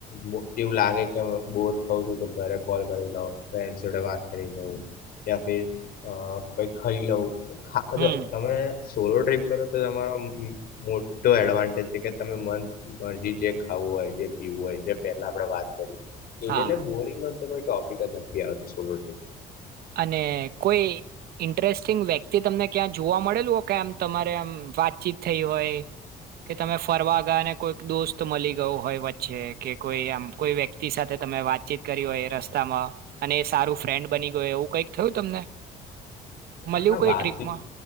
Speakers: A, on the left (about 60°); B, on the right (about 65°).
A: બો એવું લાગે તમ કે બોર ખવું છું તો ઘરે કોલ કરી લઉ, ફ્રેન્ડ જોડે વાત કરી લઉં, ત્યાં ફીર અ કઈક ખઈ લઉં. ખા અ
B: હમ
A: જો અમણે સોલો ટ્રીપ કરો તો તમારો ઉમ ઉમ મોટો એડવાન્ટેજ છે કે તમે મન મરજી જે ખાવું હોય જે પીવું હોય જે પેલા આપડે વાત કયુઁ એજ
B: હા
A: એટલે બોરિંગનો તો કોઈ તોપિક જ નથી આવતો સોલો ટ્રિપમાં.
B: અને કોઈ ઇન્ટરેસ્ટિંગ વ્યક્તિ તમને ક્યાં જોવા મળેલુ ઓ કે આમ તમારે આમ વાતચીત થઈ હોય કે તમે ફરવા ગયા ને કોઈક દોસ્ત મલી ગયો હોય વચ્ચે કે કોઈ એમ કોઈ વ્યક્તિ સાથે તમે વાતચીત કરી હોય રસ સ્તામાં અને સારું ફ્રેન્ડ બની ગયો એવું કઈક થયું તમને મળ્યું
A: હા,
B: કઈ
A: વાતચીત
B: ટ્રીપમાં